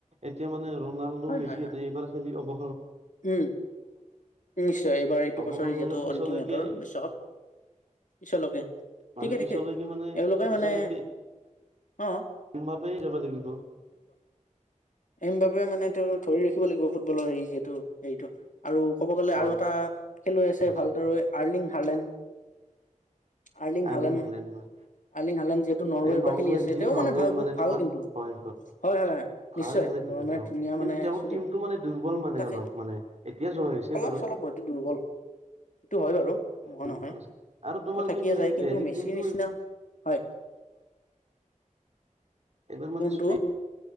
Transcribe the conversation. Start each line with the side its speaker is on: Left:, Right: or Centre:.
Right: এতিয়া মানে ৰনাল্ডো
Left: হয়
Right: মেচি
Left: হয় হয়
Right: এতিয়া এইবাৰ খেলি অৱ।
Left: উম নিশ্চয় এইবাৰ এইটো
Right: অৱসৰ
Left: বছৰে যিহেতু
Right: ললে পিছলৈকে
Left: অন্তিমহটৰ বিশ্বকাপ। পিছলৈকে।
Right: মানে
Left: ঠিকে
Right: পিছলৈকে
Left: ঠিকে
Right: মানে
Left: এওঁলোকে
Right: পিছলৈকে।
Left: মানে অ
Right: অম্বাপেই যাব লাগিব।
Left: এইমবাবে মানে তেওঁ ধৰি ৰাখিব লাগিব ফুটবলৰ হেৰি যে। হেৰিটো আৰু ক'ব গ'লে
Right: হয়
Left: আৰু এটা খেলুৱৈ আছে
Right: হয়
Left: ভালদৰে আৰ্লিং হাৰ্লেন। আৰ্লিং
Right: আইলিন
Left: হালেন আৰ্লিং
Right: হয়
Left: হালেন যিহেতু নৰৱেৰ
Right: এই
Left: পৰা খেলি আছে
Right: যি
Left: তেওঁ
Right: নৰৱেৰ
Left: মানে বহুত ভাল
Right: তোমাৰ
Left: কিন্তু
Right: হয়
Left: হয় হয়
Right: ভাল
Left: নিশ্চয়
Right: খেলে কিন্তু
Left: নৰৱে
Right: তেওঁ
Left: ধুনীয়া
Right: কিন্তু
Left: মানে
Right: তেওঁৰ
Left: চুলি
Right: টিমটো মানে দুৰ্বল মানে
Left: তাকে।
Right: অলপ মানে এতিয়া যোৱা হৈছে
Left: অলপ
Right: বাৰু।
Left: চলপ হয়তো দুৰ্বল সেইটো হয় বাৰু নোহোৱা
Right: দুৰ্বল
Left: নহয় সেটো
Right: আছে আৰু তোমাৰ
Left: থাকিয়ে যায় কিন্তু
Right: হেৰি
Left: মেচি
Right: টিমটো
Left: নিচিনা হয়।
Right: একবাৰ
Left: কোনটো
Right: মানে স্পে